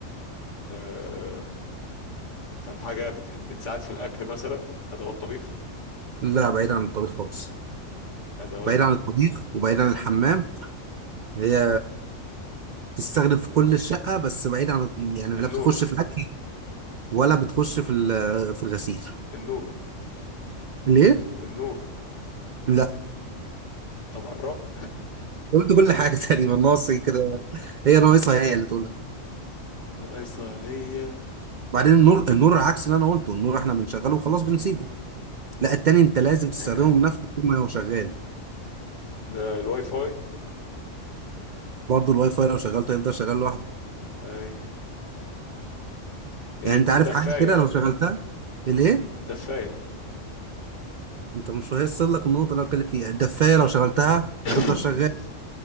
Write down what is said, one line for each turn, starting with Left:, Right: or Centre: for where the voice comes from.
Left: آه... طب حاجة بت... بتساعد في الأكل مثلا أدوات طبيخ
Right: لا بعيد عن الطبيخ خالص
Left: أدوات
Right: بعيد عن الطبيخ وبعيد عن الحمام هي تستخدم في كل الشقه بس بعيد عن يعني لا
Left: النور
Right: بتخش في الاكل ولا بتخش في ال- في الغسيل
Left: النور
Right: ليه
Left: النور
Right: لا
Left: طب قربت
Right: قلت كل حاجه <laughs> تقريبا ناقص إيه كده هي ناقصها هي اللي تقولها
Left: ناقصة هي
Right: بعدين النور النور عكس اللي انا قلته النور احنا بنشغله وخلاص بنسيبه لا التاني انت لازم تستخدمه
Left: <coughs>
Right: بنفسك
Left: <clears throat>
Right: طول ما هو شغال
Left: ده الواي فاي
Right: برضه الواي فاي لو شغلته هيفضل شغال لوحده
Left: أي. ايه
Right: يعني انت عارف
Left: الدفاية
Right: حاجه كده لو شغلتها الايه
Left: الدفاية
Right: انت مش هيوصل لك النقطه اللي انا بتكلم فيها الدفايه لو شغلتها
Left: <coughs>
Right: هتفضل شغال